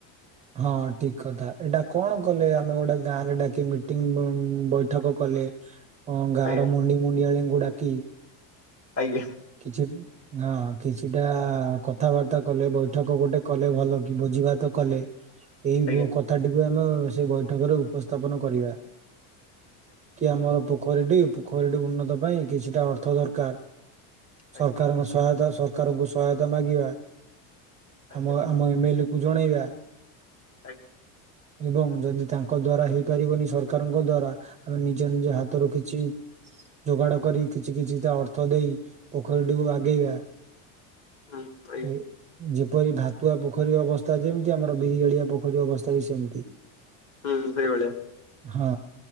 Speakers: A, on the right; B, on the left.
A: ହଁ ଠିକ କଥା ଏଇଟା କଣ କଲେ ଆମେ ଗୋଟେ ଗାଁରେ ଡାକି ମିଟିଂ ବୈଠକ କଲେ। ହଁ ଗାଁ
B: ଆଜ୍ଞା
A: ର ମୁଣ୍ଡି ମୁଣ୍ଡିଆଳି ଗୁଡା କିି।
B: ଆଜ୍ଞା।
A: କିଛି ହଁ କିଛିଟା କଥାବାର୍ତ୍ତା କଲେ ବୈଠକ ଗୋଟେ କଲେ ଭଲ କି ଭୋଜିଭାତ କଲେ। ଏଇ
B: ଆଜ୍ଞା ଆଜ୍ଞା
A: ବୁ କଥାଟିକୁ ଆ ଆମ ସେ ବୈଠକରେ ଉପସ୍ଥାପନ କରିବା। କି ଆମର ବୁ ପୋଖରୀଟି ପୋଖରୀଟି ଉନ୍ନତ ପାଇଁ କିଛିଟା ଅର୍ଥ ଦରକାର।
B: ଆଜ୍ଞା
A: ସରକାରଙ୍କ ସହାୟତା। ସରକାରଙ୍କୁ ସହାୟତା ମାଗିବା।
B: ଆଜ୍ଞା ଆଜ୍ଞା
A: ଆମ ଆମ ଏମ ଏଲ କୁ ଜଣେଇବା।
B: ଆଜ୍ଞା।
A: ଏବଂ ଯଦି ତାଙ୍କ ଦ୍ଵାରା ହେଇପାରିବନି ସରକାରଙ୍କ ଦ୍ଵାରା ଆମେ ନିଜ ନିଜ ହାତରୁ କିଛି ଯୋଗାଡ କରି କିଛି କିଛି ତା ଅର୍ଥ ଦେଇ। ପୋଖରୀ ଟି କୁ ବାଗେଇବା
B: ହୁଁ ଆଜ୍ଞା
A: ଝି କିପରି ଭାତୁଆ ପୋଖରୀ ଅବସ୍ଥା ଯେମିତି ଆମର ବିରିଗଳିଆ ପୋଖରୀ ଅବସ୍ଥା ବି ସେମିତି।
B: ହୁଁ ସେଇ ଭଳିଆ।
A: ହଁ